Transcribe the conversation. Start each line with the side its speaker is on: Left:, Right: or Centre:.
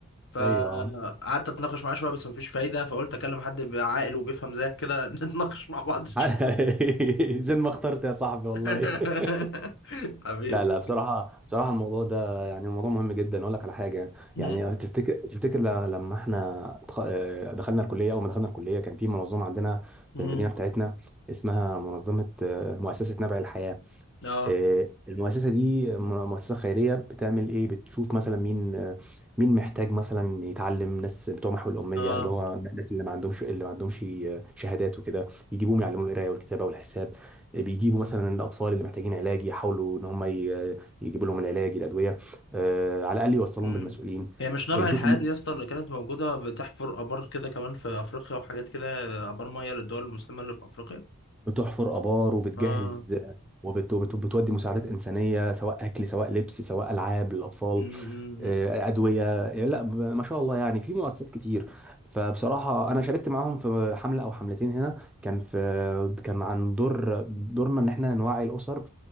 Left: فقعدت
Centre: ايوه
Left: اتناقش معاه شويه بس مفيش فايده فقلت اكلم حد عاقل وبيفهم زيك كده <laughs> نتناقش مع بعض شويه
Centre: <laughs> زي ما اخترت يا صاحبي
Left: <laughs>
Centre: والله <laughs>
Left: حبيبي
Centre: لا لا بصراحه بصراحه الموضوع ده يعني موضوع مهم جدا اقول لك على حاجه
Left: مم.
Centre: يعني تفتكر تفتكر ل- لما احنا اتخ- اه، دخلنا الكليه اول ما دخلنا الكليه كان في منظمه عندنا
Left: مم.
Centre: في المدينه بتاعتنا اسمها منظمه اه، مؤسسه نبع الحياه
Left: اه
Centre: آه، المؤسسة دي م- مؤسسة خيرية بتعمل ايه بتشوف مثلا مين آه، مين محتاج مثلا يتعلم ناس بتوع محو الأمية
Left: اه
Centre: اللي هو الناس اللي ما عندهمش اللي ما عندهمش آه، شهادات وكده يجيبوهم يعلموا القراية والكتابة والحساب آه، بيجيبوا مثلا الأطفال اللي محتاجين علاج يحاولوا إن هم ي- يجيبوا لهم العلاج الأدوية آه، على الأقل يوصلوهم
Left: مم.
Centre: بالمسؤولين
Left: هي مش نبع
Centre: آه، يشوفوا
Left: الحياة
Centre: م-
Left: دي يا اسطى اللي كانت موجودة بتحفر آبار كده كمان في أفريقيا وحاجات كده آبار مية للدول المسلمة اللي في أفريقيا
Centre: بتحفر آبار وبتجهز
Left: اه
Centre: آه، وبت- وبت- وبتودي مساعدات إنسانية سواء أكل سواء لبس سواء ألعاب للأطفال
Left: مم. مم.
Centre: آه،
Left: مم.
Centre: ادويه يعني لا ب- ما شاء الله يعني في مؤسسات كتير فبصراحه انا شاركت معاهم في حمله او حملتين هنا كان في كان عن دور دورنا ان احنا نوعي الاسر